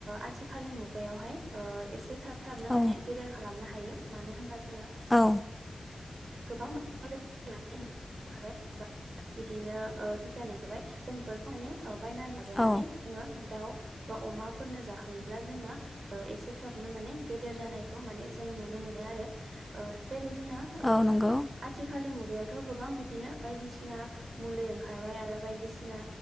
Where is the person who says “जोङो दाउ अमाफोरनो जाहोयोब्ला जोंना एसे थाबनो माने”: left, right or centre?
Right